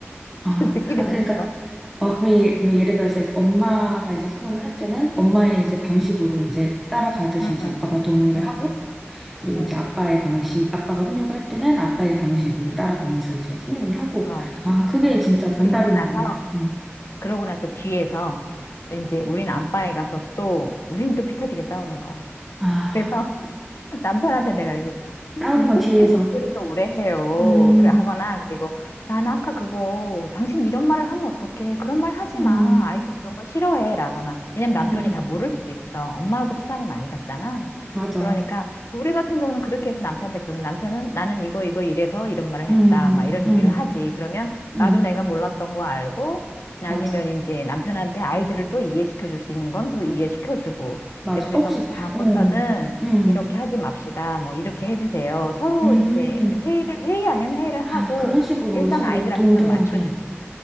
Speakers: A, on the left; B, in the centre.
A: <laughs>
B: 아,
A: 지들끼리
B: 아
A: 뭉쳐.
B: 그러니까 어, 그럼 예, 뭐 예를 들어서 이제 엄마가 이제 훈육을 할 때는 엄마의 이제 방식으로
A: 응.
B: 이제 따라가듯이
A: 응,
B: 이제
A: 응,
B: 아빠가
A: 응.
B: 동의를
A: 응,
B: 하고 그리고
A: 응.
B: 이제 아빠의 방식, 아빠가 훈육을 할 때는 아빠의 방식으로
A: 음,
B: 따라가면서 이제 훈육을 하고
A: 어.
B: 아, 그게
A: 어,
B: 진짜
A: 그-
B: 정답인
A: 그러고 나서,
B: 것 같네. 음.
A: 그러고 나서 뒤에서 이제 우린 안방에 가서 또, 우린 또 피 터지게 싸우는 거야.
B: 아,
A: 그래서 남편한테 내가 얘기했죠. 아니,
B: 싸우는
A: 왜
B: 건
A: 그렇게
B: 뒤에서.
A: 잔소리를 오래 해요?
B: 음,
A: 그 하거나, 그리고 난 아까 그거, 당신 이런 말을 하면 어떡해? 그런 말 하지
B: 음,
A: 마. 아이들이 그런 거 싫어해. 라거나. 왜냐면 남편이
B: 음,
A: 다 모를 수도 있어. 엄마하고 시간을 많이 갖잖아.
B: 맞아.
A: 그러니까, 우리 같은 경우는 그렇게 해서 남편한테 그러면 남편은 나는 이거, 이거 이래서 이런 말을
B: 음,
A: 했다. 막 이런
B: 음,
A: 얘기를 하지. 그러면
B: 음,
A: 나도 내가 몰랐던 거 알고, 아니면
B: 맞아.
A: 이제 남편한테 아이들을 또 이해시켜 줄 수 있는 건 더 이해시켜 주고.
B: 맞아.
A: 근데 그래서
B: 어, 혹시,
A: 다음부터는
B: 음, 음,
A: 이렇게 하지 맙시다. 뭐 이렇게 해주세요. 서로
B: 음.
A: 이제 회의를 회의 아닌 회의를
B: 아,
A: 하고
B: 그런 식으로
A: 일단
B: 서로
A: 아이들
B: 동등하게.
A: 앞에서 맞춰주지.